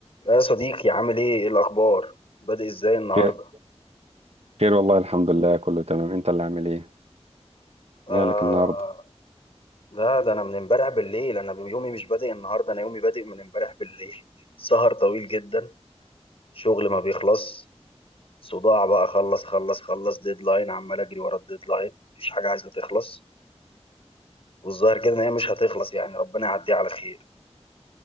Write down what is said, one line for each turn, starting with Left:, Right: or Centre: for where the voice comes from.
Left: يا صديقي عامل ايه ايه الاخبار بادئ ازاي النهارده
Right: خير خير والله الحمد لله كله تمام انت اللي عامل ايه
Left: آه
Right: مالك النهارده
Left: لا ده انا من امبارح بالليل انا يومي مش بادئ النهارده انا يومي بادئ من امبارح بالليل <laughs> سهر طويل جدا شغل ما بيخلص صداع بقى خلص خلص خلص ديدلاين عمال اجري ورا الديدلاين مفيش حاجه عايزه تخلص والظاهر كده ان هي مش هتخلص يعني ربنا يعديها على خير